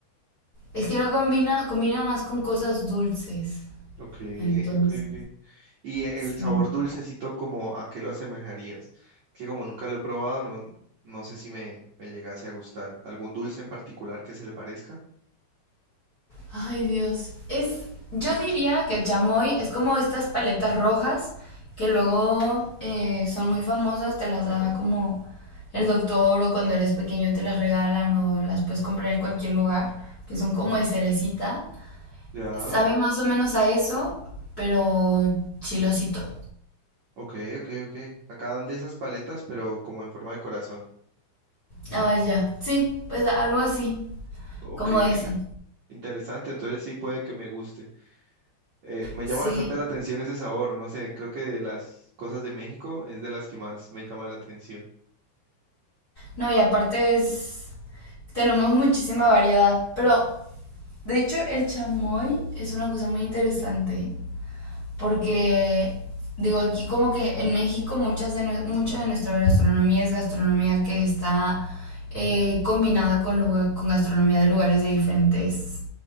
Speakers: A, on the left; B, on the right.
A: Es que no combina, combina más con cosas dulces.
B: ok,
A: Entonces,
B: ok, ok. Y el
A: sí.
B: sabor dulcecito, como a qué lo asemejarías? Que como nunca lo he probado, no, no sé si me, me llegase a gustar. ¿Algún dulce en particular que se le parezca?
A: Ay, Dios. Es, yo diría que el chamoy es como estas paletas rojas que luego eh, son muy famosas, te las da como el doctor o cuando eres pequeño te las regalan o las puedes comprar en cualquier lugar, que son como de cerecita.
B: Ya,
A: Sabe más o menos a eso, pero chilosito.
B: ok, ok, ok. Acá dan de esas paletas, pero como en forma de corazón.
A: Ah, ya. Sí, pues algo así,
B: Ok.
A: como esa.
B: Interesante, entonces sí puede que me guste. Eh, me
A: Sí.
B: llama bastante la atención ese sabor, no sé, creo que de las cosas de México es de las que más me llama la atención.
A: No, y aparte es... Tenemos muchísima variedad, pero de hecho el chamoy es una cosa muy interesante porque digo aquí como que en México muchas de, nue- mucha de nuestra gastronomía es gastronomía que está eh, combinada con, lugar- con gastronomía de lugares de diferentes,